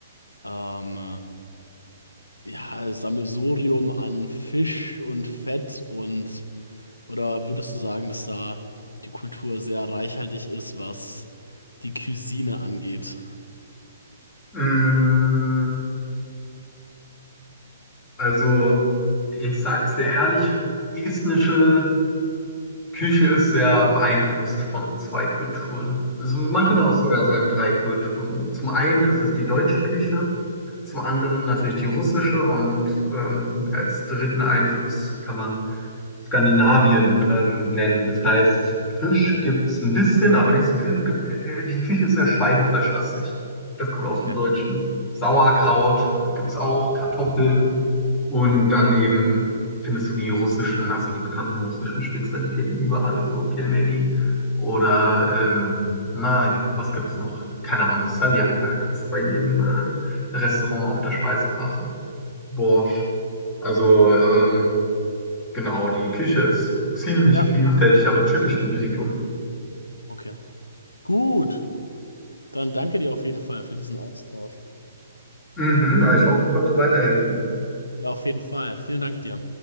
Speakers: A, on the left (about 80°); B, on the left (about 25°).
A: ähm, ja, Sammelsurium an Fisch und Fett und oder würdest du sagen, dass da die Kultur sehr reichhaltig ist, was die Cuisine angeht?
B: mm, also ich sag's dir ehrlich, estnische Küche ist sehr beeinflusst von zwei Kulturen. Also man
A: Ja.
B: könnte auch sogar sagen drei Kulturen. Zum einen ist es die deutsche Küche, zum anderen natürlich die russische und ähm, als dritten Einfluss kann man Skandinavien ähm, nennen. Das heißt, Fisch gibt es ein bisschen, aber nicht so viel. Es gibt, äh, die Küche ist sehr schweinefleischlastig. Das kommt aus
A: Okay,
B: dem Deutschen. Sauerkraut
A: also.
B: gibt es auch, Kartoffeln. Und dann eben findest du die russischen, also die bekannten russischen Spezialitäten überall, so Pelmeni oder, ähm, naja, was gibt's noch? Keine Ahnung, Saljanka gibt's bei jedem äh, Restaurant auf der Speisekarte. Borsch. Also, ähm, Genau, die Küche ist ziemlich
A: Ja,
B: vielfältig, aber typisch für die Region.
A: okay. Gut. Dann danke dir auf jeden Fall für diesen Austausch.
B: Mhm, ja, ich hoffe, ich konnte weiterhelfen.
A: Ja, auf jeden Fall. Vielen Dank dir.